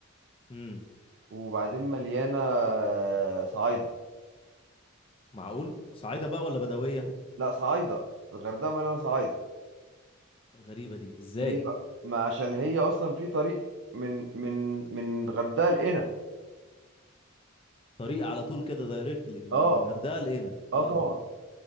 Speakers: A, on the left; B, on the right.
A: امم
B: وبعدين مليانه آه، صعايده
A: معقول صعيده بقى ولا بدويه
B: لا صعايده الغردقه مليانه صعايده
A: غريبه دي ازاي
B: ليه بقى ما عشان هي اصلا في طريق من من من الغردقه لقنا
A: طريق على طول كده دايركتلي من
B: اه
A: الغردقه لقينا
B: اه
A: اه
B: طبعا